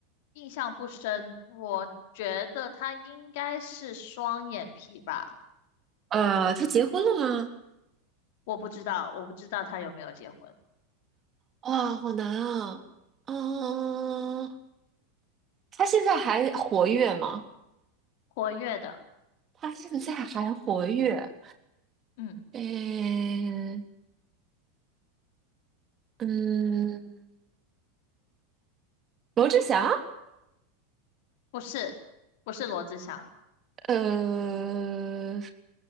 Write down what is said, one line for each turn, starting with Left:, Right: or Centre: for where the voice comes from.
Left: 印象不深，我觉得他应该是双眼皮吧，
Right: 呃，他结婚了吗？
Left: 我不知道，我不知道他有没有结婚，
Right: 哇，好难啊！嗯，他现在还活跃吗？
Left: 活跃的，
Right: 他现在还活跃？
Left: 嗯，
Right: 诶，嗯，罗志祥？
Left: 不是，不是罗志祥，
Right: 呃，